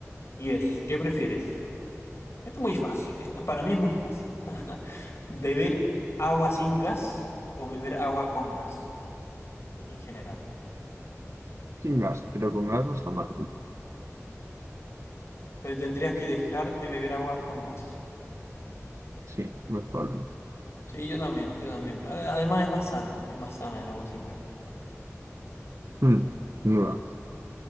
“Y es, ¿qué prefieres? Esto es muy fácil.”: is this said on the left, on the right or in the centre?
Left